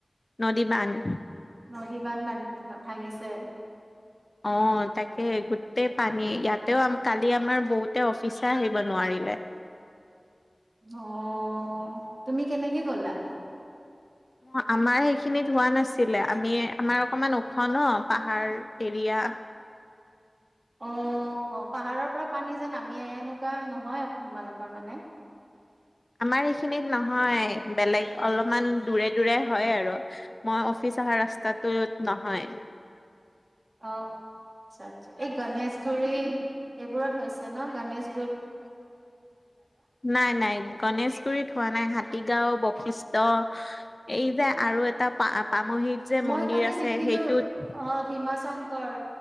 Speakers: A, on the left (about 45°); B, on the right (about 55°).
A: নদীবান্ধ।
B: নহীবান বান্ধ, ভাঙিছে।
A: অ', তাকেহে গোটেই পানী, ইয়াতেও কালি আমাৰ বহুতে অচ ফিচে আহিব নোৱাৰিলে।
B: অ', তুমি কেনেকে গ'লা?
A: অ', আমাৰ এইখিনিত হোৱা নাছিলে, আমি আমাৰ অকমান ওখ ন পাহাৰ। এৰিয়া।
B: অ', পাহাৰৰ পৰা পানী যে নামি আহে, এনেকুৱা নহয় তোমালোকৰ মানে।
A: আমাৰ এইখিনিত নহয়, বেলেগ অলমান দূৰে দূৰে হয় আৰু। মই অফিচ অহা ৰাস্তাটোত নহয়।
B: অ', আচ্ছা আচ্ছা, এই গণেশগুৰি এইবোৰত হৈছে ন, গণেশ
A: নাই নাই, গণেশগুৰিত হোৱা নাই। হাতীগাঁও, বশিষ্ঠ অ', এই যে আৰু এটা পা, পামহিত যে
B: মই
A: মন্দিৰ
B: কালি
A: আছে
B: দেখিলো
A: সেইটোত
B: অ', ভীমা শংকৰ,